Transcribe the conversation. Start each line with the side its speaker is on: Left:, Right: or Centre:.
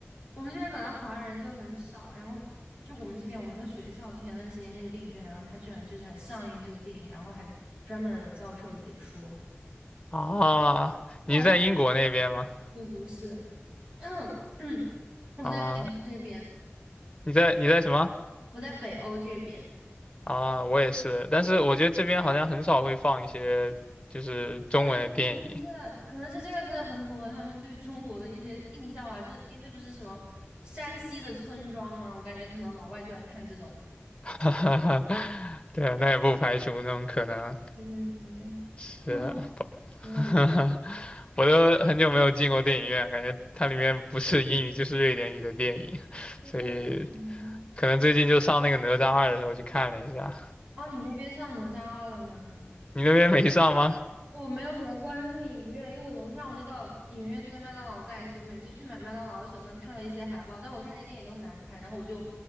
Right: 我们这边本来华人就很少，然后就我们这边我们那个学校前段时间那个电影院啊，然后他居然就是还上映这个电影，然后还专门有教授解说。
Left: 啊，
Right: 但我。
Left: 你在英国那边吗？
Right: 我不是，但 <clears throat> 我在北欧这边，
Left: 啊，你在你在什么？
Right: 我在北欧这边。
Left: 啊，我也是，但是我觉得这边好像很少会放一些就是中文的电影，
Right: 对，我觉得可能是可能是这个是很符合他们对中国的一些印象吧，就是因为这不是什么山西的村庄嘛，我感觉可能老外就爱看这种。
Left: <laughs> 对，那也不排除那种可能
Right: 对对对，
Left: 是，
Right: <laughs> 真的，
Left: <laughs> 我都很久没有进过电影院，感觉它里面不是英语就是瑞典语的电影，
Right: 对对，
Left: 所以
Right: 嗯，
Left: 可能最近就上那个《哪吒二》的时候去看了一下，
Right: 哦，你那边上哪吒二了吗？
Left: 你那边没上吗？
Right: 我没有怎么关注影院，因为我楼下我那个影院就跟麦当劳在一起，我每次去买麦当劳的时候能看到一些海报，但我看那些电影都很难看，然后我就，